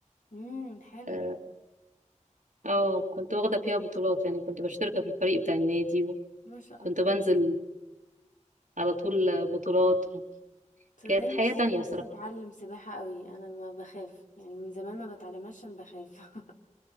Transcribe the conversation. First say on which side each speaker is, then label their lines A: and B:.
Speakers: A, on the left (about 80°); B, on the right (about 75°).
A: امم حلو
B: اه آه، كنت واخده فيها بطولات يعني كنت مشتركه في الفريق بتاع النادي
A: ما شاء
B: وكنت
A: الله
B: بنزل على طول بطولات
A: تصدقي
B: كانت
A: نفسي
B: حياه تانية
A: نفسي
B: بصراحه
A: اتعلم سباحه قوي انا ب- بخاف يعني من زمان ما بتعلمهاش عشان بخاف <laughs>